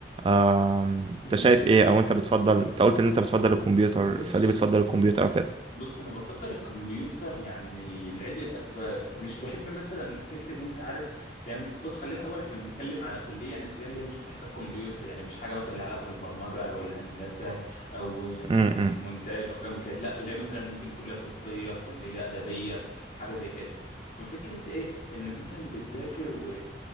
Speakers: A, on the right; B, on the left.
A: آم، أنت
B: مم.
A: شايف إيه أو أنت بتفضل أنت قلت إن أنت بتفضل الكمبيوتر
B: بص
A: فليه بتفضل الكمبيوتر أو كده
B: بص انا بفضل الكمبيوتر يعني لعده اسباب مش بحب مثلا فكره انت عارف يعني بص خلينا الاول احنا بنتكلم على كليه نسبيا اللي هي مش بتحتاج كمبيوتر يعني مش حاجه مثلا لها علاقه بالبرمجه او الهندسه او مثلا
A: م-
B: مونتاج
A: م.
B: او حاجه من كده لا اللي هي مثلا ممكن كليه طبيه كليه ادبيه حاجه زي كده ففكره ايه انك مثلا بتذاكر و